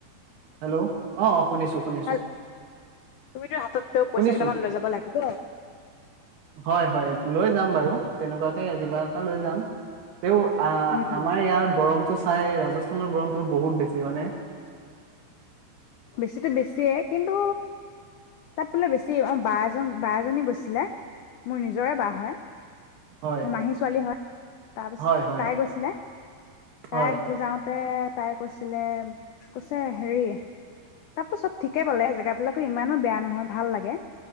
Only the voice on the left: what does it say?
ভাল তুমিতো হাতত পইচা
কেইটামান লৈ যাব লাগিব
উম
বেছিতো বেছিয়ে কিন্তু তাত বোলে বেছি অ বা এজন বাজনী গৈছিলে মোৰ নিজৰে বা হয়
মোৰ মাহী ছোৱালী হয় তাৰপিছ
তাই গৈছিলে
তাই যাওঁতে তাই কৈছিলে কৈছে হেৰি তাততো চব ঠিকে পালে জেগাবিলাকো ইমানো বেয়া নহয় ভাল লাগে